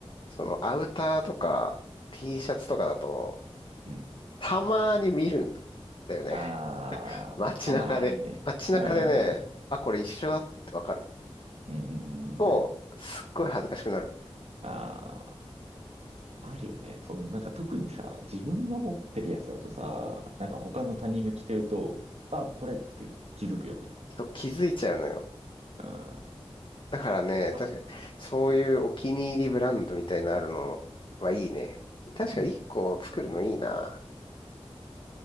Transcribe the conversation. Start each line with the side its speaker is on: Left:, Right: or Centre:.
Left: そのアウターとか T シャツとかだと、
Right: うん。
Left: たまに見るんだよね。
Right: あー、
Left: 街中で、
Right: まあ、たまにね。
Left: 街中でね、
Right: うん、う
Left: あ、これ一緒だってわかる
Right: ん、うん。うん
Left: と、すっごい恥ずかしくなる。
Right: あーあるよね。その、なんか特にさ、自分が持ってるやつだとさ、なんか他の他人が着てると、あ、これって気づくよね。
Left: ちょっと気づいちゃうのよ。
Right: うん、
Left: だからね、
Right: わかる。
Left: 確かに、そういうお気に入りブランドみたいなのあるのはいいね。確かに1個作るのいいな。
Right: うん、